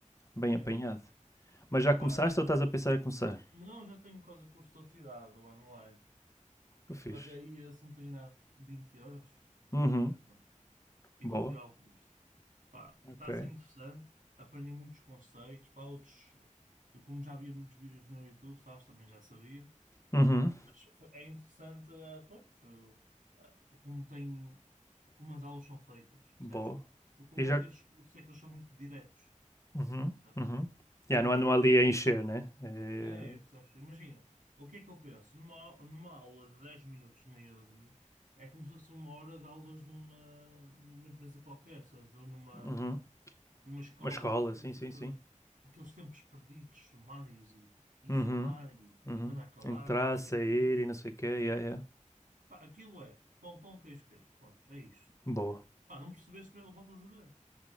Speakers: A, on the left (about 25°); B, on the right (about 80°).
A: Bem
B: Yeah.
A: apanhado. Mas já
B: Opa,
A: começaste ou estás a pensar em começar?
B: não, já tenho quase o curso todo tirado online.
A: Eu fiz.
B: Paguei, eh, se não tenho nada, 20 euros
A: Uhum.
B: Pronto. e
A: Boa.
B: estou a tirar o curso. Pá,
A: Ok.
B: está a ser interessante, aprendi muitos conceitos, pá, outros. Eu, como já havia muitos vídeos no YouTube, sabes, também já sabia.
A: Uhum.
B: Mas É interessante, eh, pronto, eh, como tem, como as aulas são feitas, percebes?
A: Boa.
B: Porque o
A: E
B: bom
A: já.
B: destes cursos é que eles são muito diretos,
A: Uhum.
B: percebes?
A: Uhum. Já
B: muito
A: não ando
B: práticos.
A: ali a encher, né? É...
B: É, percebes? Imagina, o que é que eu penso? Numa, au- numa aula de 10 minutos na Udemy, é como se fosse uma hora de aulas numa, numa empresa qualquer, sabes? Ou numa,
A: Uhum.
B: numa escola,
A: Uma escola,
B: porque
A: sim,
B: tem
A: sim,
B: sempre
A: sim.
B: aqueles tempos perdidos, sumários e, e
A: Uhum,
B: falar e,
A: uhum.
B: e mandar calar
A: Entrar,
B: e não sei
A: sair
B: o quê. né?
A: e não sei o quê, yeah, yeah.
B: Pá, aquilo é pão, pão, queijo, queijo. Pronto, é isto.
A: Boa.
B: Pá, não percebeste, voltas a ver,